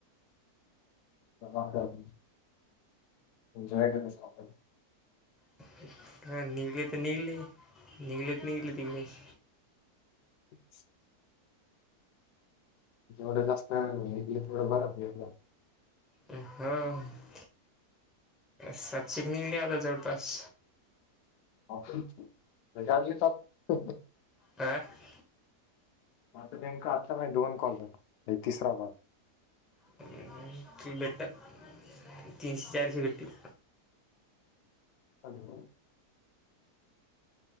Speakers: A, on the left (about 80°); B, in the centre.
A: <unintelligible> एन्जॉय करायचो आपण.
B: <unintelligible> हा, निघले तर निघले, निघले तर निघले तिकडेच.
A: <unintelligible> जेवढं जास्त आहे <unintelligible> तेवढं बरं भेटला.
B: <unintelligible> ह. सातशिक निघली आता जवळपास.
A: <unintelligible>
B: <unintelligible>
A: माझं नेमका आत्ता दोन कॉल <unintelligible> तिसरा कॉल.
B: <unintelligible> तीन भेटतात. <inaudible> तीश, चारशे भेटतील.
A: हॅलो.